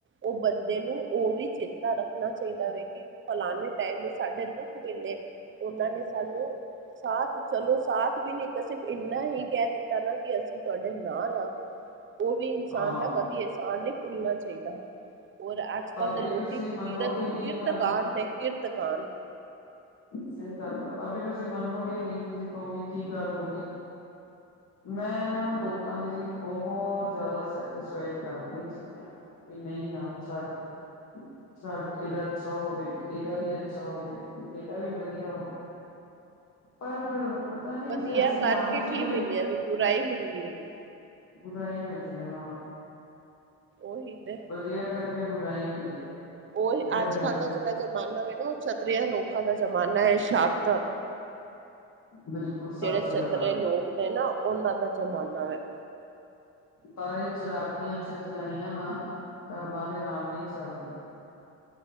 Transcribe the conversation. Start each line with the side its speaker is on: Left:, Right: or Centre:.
Right: ਉਹ ਬੰਦੇ ਨੂੰ ਉਹ ਵੀ ਚੇਤਾ ਰੱਖਣਾ ਚਾਹੀਦਾ ਵੇ ਕੀ ਫਲਾਣੇ ਟਾਈਮ ਸਾਡੇ ਦੁੱਖ ਵੇਲੇ ਉਹਨਾਂ ਨੇ ਸਾਨੂੰ, ਸਾਥ ਚਲੋ ਸਾਥ ਵੀ ਨੀ ਦਿੱਤਾ, ਸਿਰਫ ਇੰਨਾ ਹੀ ਕਹਿ ਦਿੱਤਾ ਨਾ ਕਿ ਅਸੀਂ ਤੁਹਾਡੇ ਨਾਲ ਆ ਉਹ ਵੀ ਇਨਸਾਨ
Left: ਹਾਂ
Right: ਦਾ ਕਦੇ ਅਹਿਸਾਨ ਨਹੀਂ ਭੁੱਲਣਾ ਚਾਹੀਦਾ ਉਹ ਐਪ ਅੱਜ
Left: ਭਾਬੀ
Right: -ਕੱਲ ਦੇ ਲੋਕੀ
Left: ਤੁਸੀਂ
Right: ਕਿਰਤ,
Left: ਮੰਨੋਗੇ ਨੀ
Right: ਕਿਰਤ
Left: ਮੈਂ
Right: ਕਾਨ ਨੇ ਕਿਰਤਕਾਨ।
Left: ਸਹੀ ਗੱਲ ਬਾ ਭਾਵੇਂ ਤੁਸੀਂ ਮੰਨੋਗੇ ਨਹੀਂ ਤੁਸੀਂ ਕਹੋਗੇ ਕੀ ਗੱਲ ਹੋ ਗਈ ਮੈਂ ਨਾ ਲੋਕਾਂ ਦੇ ਲਈ ਬਹੁਤ ਜ਼ਿਆਦਾ ਸੈਟਿਸਫਾਈਡ ਕਰਦੀ ਹਾਂ ਚੀਜ਼ਾਂ ਨੂੰ ਕਿ ਨਹੀ ਯਾਰ ਛੱਡ। ਛੱਡ, ਇਹਦਾ ਅੱਛਾ ਹੋਵੇ ਇਹਦਾ ਵੀ ਅੱਛਾ ਹੋਵੇ। ਇਹਦਾ ਵੀ ਵਧੀਆ ਹੋਊ ਪਰ ਪਤਾ ਨੀ
Right: ਵਧੀਆ
Left: ਜੇ ਅਸੀਂ
Right: ਕਰਕੇ
Left: ਮਾਂਡੀ ਜੀ
Right: ਕੀ
Left: ਕੋਈ।
Right: ਮਿਲਿਆ ਵੀ ਬੁਰਾਈ ਮਿਲਦੀ ਹੈਗੀ।
Left: ਬੁਰਾਈ ਮਿਲੀ ਆ ਹਾਂ
Right: ਉਹੀ ਤੇ
Left: ਵਧੀਆ ਕਰਕੇ ਬੁਰਾਈ ਮਿਲੀ ਆ।
Right: ਉਹੀ
Left: ਇਹ
Right: ਅੱਜ-
Left: ਗੱਲ
Right: ਕੱਲ੍ਹ
Left: ਸਹੀ
Right: ਦਾ ਜਿਹੜਾ ਜ਼ਮਾਨਾ ਹੈ ਨਾ ਉਹ ਚਤਰਿਆਂ ਲੋਕਾਂ ਦਾ ਜ਼ਮਾਨਾ ਹੈ ਸ਼ਾਤ।
Left: ਬਿਲਕੁਲ ਸੱਚ
Right: ਜਿਹੜੇ ਚਤਰੇ
Left: ਗੱਲ ਆ
Right: ਲੋਕ ਨੇ ਨਾ ਉਹਨਾਂ ਦਾ ਜ਼ਮਾਨਾ ਹੈ।
Left: ਪਰ ਇਹ ਚਲਾਕੀਆਂ ਚਿਤਰਾਈਆਂ ਨਾ ਕਰਮਾਂ ਦੇ ਨਾਲ ਨਹੀਂ ਚੱਲਦੀਆਂ।